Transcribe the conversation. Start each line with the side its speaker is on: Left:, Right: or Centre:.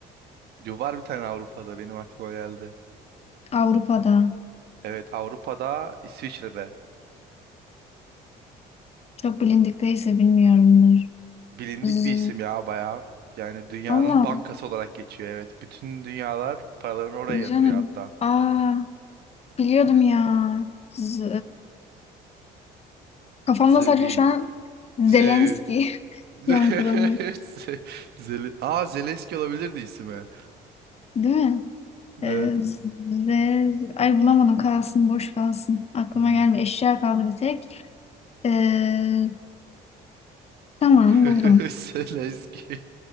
Right: Yo, Var bir tane Avrupa'da benim aklıma geldi.
Left: <laughs> Avrupa'da.
Right: Evet, Avrupa'da İsviçre'de.
Left: Çok bilindik değilse bilmiyorumdur.
Right: Bilindik
Left: Z
Right: bir isim ya bayağı. Yani dünyanın
Left: Allah
Right: bankası
Left: Allah.
Right: olarak geçiyor evet. Bütün dünyalar paralarını oraya yatırıyor
Left: Canım.
Right: hatta.
Left: Aa, biliyordum ya. Z, Kafamda
Right: Z
Left: sadece
Right: değil.
Left: şu an Zelenski
Right: Zü.
Left: <laughs>
Right: <laughs> Z-
Left: yankılanıyor.
Right: Zeli. Aa Zelenski olabilirdi ismi.
Left: Değil mi? Ee,
Right: Evet.
Left: ze- Ay bulamadım kalsın boş kalsın. Aklıma
Right: Tamam.
Left: gelmiyor. Eşya kaldı bir tek. Ee, tamam
Right: <laughs>
Left: buldum.
Right: Zelenski.